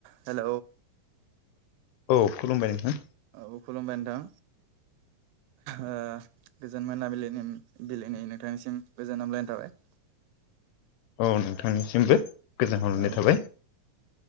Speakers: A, on the right; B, on the left.
A: हेल'
B: औ खुलुमबाय नोंथां
A: औ खुलुमबाय नोंथां। ओ गोजोन मोनाबिलिनि नोंथांनिसिम गोजोन हामलायनाय थाबाय। <inaudible>
B: औ नोंथांनिसिमबो गोजोनहररनाय
A: औ
B: थाबाय